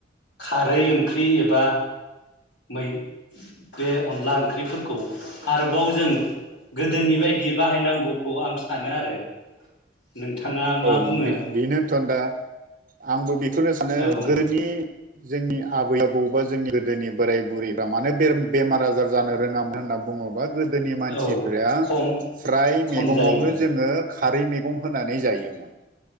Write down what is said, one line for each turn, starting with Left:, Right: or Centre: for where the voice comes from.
Left: खारै ओंख्रि एबा मै बे अनला ओंख्रिफोरखौ आरोबाव जों गोदोनि बायदि बाहायनांगौखौ आं सानो आरो। नोंथाङा मा
Right: औ
Left: बुङो
Right: बेनोथ' दा आंबो बेखौनो सानो
Left: औ
Right: गोदोनि जोंनि आबै आबौ बा जोंनि गोदोनि बोराय बुरैफ्रा मानो बे बेमार आजार जानो रोङामोन होनना बुङोबा गोदोनि मानसिफोरा
Left: औ खम
Right: फ्राय
Left: खम
Right: मैगङावनो
Left: जायोमोन
Right: जोङो खारै मैगं होनानै जायो।